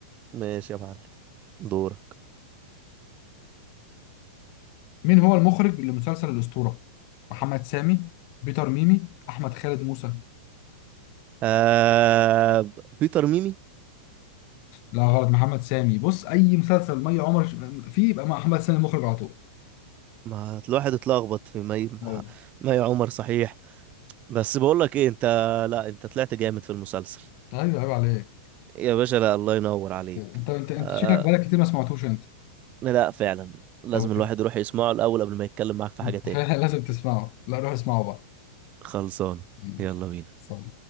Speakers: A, on the right; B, on the left.
A: ماشي يا معلم دورك
B: مين هو المخرج لمسلسل الأسطورة محمد سامي بيتر ميمي احمد خالد موسى
A: آه بيتر ميمي
B: لا غلط محمد سامي بص اي مسلسل مي عمر ش- فيه يبقى محمد سامي مخرج على طول
A: ما الواحد اتلخبط في مي ما
B: ايوه
A: ما يا عمر صحيح بس بقول لك ايه انت لا انت طلعت جامد في المسلسل
B: ايوه عيب عليك
A: يا باشا لا الله ينور عليك
B: انت انت انت
A: آه
B: شكلك بقالك كتير ما سمعتوش انت
A: لا فعلا لازم
B: طب
A: الواحد
B: <laughs>
A: يروح يسمعه الأول قبل ما يتكلم معاك في حاجة
B: انت
A: تاني
B: لازم تسمعه لا روح اسمعه بقى
A: خلصان
B: مم.
A: يلا بينا
B: صح